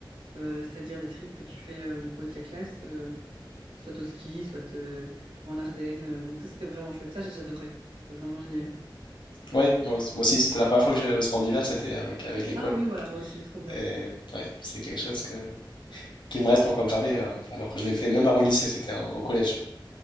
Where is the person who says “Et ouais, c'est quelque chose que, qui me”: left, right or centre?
Left